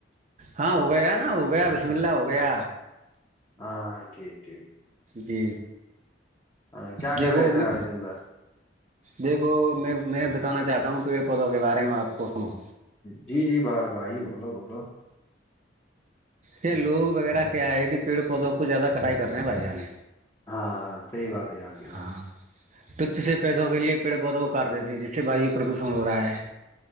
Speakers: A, on the right (about 40°); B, on the left (about 20°).
A: ہاں ہو گیا نا ہو گیا بسم اللہ ہو گیا
B: ہاں ٹھیک ٹھیک
A: جی
B: ہاں کیا
A: دیھو
B: کر رہے تھے
A: میں
B: آج دن بھر
A: دیکھو میں میں بتانا چاہتا ہوں پیڑ پودوں کے بارے میں آپ کو سنو
B: جی جی بھائی بولو بولو
A: یہ لوگ وغیرہ کیا ہے کہ پیڑ پودوں کو زیادہ کٹائی کر رہے ہیں بھائی جانے
B: ہاں ہاں صحی بات ہے آاںجی بھائی
A: ہاں تچھ سے پیسوں کے لیے پیڑ پودوں کرار دیتے ہیں جس سے باائی پردوشن ہو رہا ہے